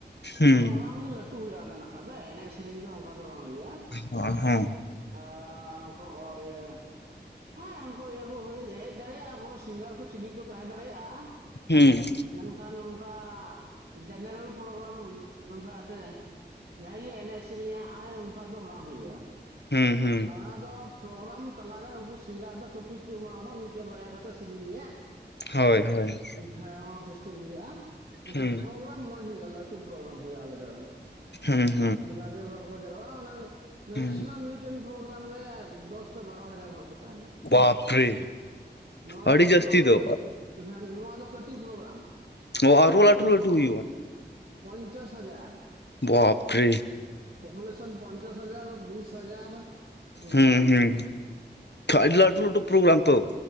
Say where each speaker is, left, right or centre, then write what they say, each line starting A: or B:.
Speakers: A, on the left; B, on the right.
A: ᱦᱩᱸ
B: ᱯᱨᱳᱜᱨᱟᱢ ᱜᱮ ᱞᱟᱴᱩ ᱦᱩᱭᱩᱜᱼᱟ ᱟᱞᱮ ᱱᱟᱠᱷᱟ ᱫᱚ ᱮᱱᱮᱡ ᱥᱮᱨᱮᱧ ᱫᱚ ᱚᱱᱠᱟ ᱫᱚ ᱵᱟᱝ ᱦᱩᱭᱩᱜᱼᱟ᱾
A: ᱚ ᱦᱮᱸ
B: ᱟᱨ ᱩᱱᱠᱩ ᱤᱭᱟᱹ ᱦᱮᱸ ᱩᱱᱠᱩ ᱤᱭᱟ ᱠᱚ ᱦᱮᱡ ᱫᱟᱲᱮᱭᱟᱜᱼᱟ ᱠᱚ ᱥᱤᱝᱜᱟᱨ ᱠᱚ ᱪᱤᱞᱤ ᱠᱚ ᱛᱟᱦᱮᱸ ᱫᱟᱲᱮᱭᱟᱜᱼᱟ᱾
A: ᱦᱮᱸ
B: ᱢᱮᱱᱠᱷᱟᱱ ᱱᱚᱝᱠᱟ ᱡᱮᱱᱟᱨᱮᱞ ᱯᱨᱳᱜᱨᱟᱢ ᱱᱚᱝᱠᱟ ᱮᱱᱛᱮᱫ ᱡᱟᱦᱟᱸᱭ ᱜᱮ ᱮᱱᱮᱡ ᱥᱮᱨᱮᱧᱟᱭ ᱚᱱᱠᱟ ᱫᱚ ᱵᱟᱝ ᱦᱩᱭᱩᱜᱼᱟ᱾
A: ᱦᱮᱸ ᱦᱮᱸ
B: ᱚᱱᱟ ᱫᱚ ᱯᱨᱳᱜᱨᱟᱢ ᱛᱟᱞᱟᱨᱮ ᱩᱱᱠᱩ ᱥᱤᱝᱜᱟᱨ ᱫᱚ ᱴᱚᱯᱤᱠ ᱠᱚ ᱮᱢᱟᱣᱟ ᱠᱚᱣᱟ ᱢᱤᱫᱴᱮᱱ ᱵᱟᱨᱭᱟ ᱠᱟ ᱠᱟᱛᱮᱫ ᱥᱮᱨᱮᱧ ᱨᱮᱭᱟᱜ᱾
A: ᱦᱳᱭ ᱦᱳᱭ
B: ᱦᱮᱸ ᱚᱱᱟ ᱥᱤᱥᱴᱮᱢ ᱦᱩᱭᱩᱜᱭᱼᱟ ᱮ ᱢᱮᱱᱠᱷᱟᱱ
A: ᱦᱩᱸ
B: ᱯᱨᱳᱜᱨᱟᱢ ᱢᱚᱸᱡ ᱦᱳᱭᱳᱜᱼᱟ ᱞᱟᱴᱩ ᱯᱨᱳᱜᱨᱟᱢ ᱦᱳᱭᱳᱜ ᱟᱞᱮᱥᱮᱫ ᱫᱚ
A: ᱦᱮᱸ
B: ᱜᱟᱫᱮᱞ ᱦᱚᱲ ᱠᱚ ᱡᱟᱣᱨᱣᱟᱜᱼᱟ ᱢᱮᱠᱥᱤᱢᱟᱢ
A: ᱦᱩᱸ
B: ᱢᱤᱫᱴᱮᱱ ᱯᱨᱳ ᱜᱨᱟᱢ ᱨᱮ ᱫᱚᱥ ᱠᱷᱚᱱ ᱵᱟᱨᱚ ᱦᱟᱡᱟᱨ ᱦᱚᱲ ᱠᱚ ᱛᱟᱦᱮᱱᱟ᱾
A: ᱵᱟᱯᱨᱮ
B: ᱱᱚᱣᱟ
A: ᱟᱹᱰᱤ
B: ᱫᱚ
A: ᱡᱟᱹᱥᱛᱤ
B: ᱱᱚᱣᱟ
A: ᱫᱚ
B: ᱠᱟᱹᱴ ᱦᱮᱸ ᱱᱚᱣᱟ ᱫᱚ ᱠᱟᱹᱴᱤᱡ ᱯᱨᱳᱜᱨᱟᱢ
A: ᱚ ᱟᱨ ᱨᱚ
B: ᱠᱟᱹᱴᱤᱡ
A: ᱞᱟᱹᱴᱩ ᱞᱟᱹᱴᱩ
B: ᱠᱚᱢ
A: ᱦᱩᱭᱩᱜᱼᱟ᱾
B: ᱯᱚᱧᱪᱟᱥ ᱦᱟᱡᱟᱨ
A: ᱵᱟᱯ ᱨᱮ
B: ᱯᱩᱯᱩᱞᱮᱥᱚᱱ ᱯᱚᱸᱧᱪᱟᱥ ᱦᱟᱡᱟᱨ ᱵᱤᱥ ᱦᱟᱡᱟᱨ ᱚᱱᱠᱟ
A: ᱦᱮᱸ ᱦᱮᱸ ᱟᱹᱰᱤ ᱞᱟᱹᱴᱩ ᱞᱟᱹᱴᱩ
B: ᱦᱮᱸ
A: ᱯᱨᱳᱜᱨᱟᱢ ᱛᱚ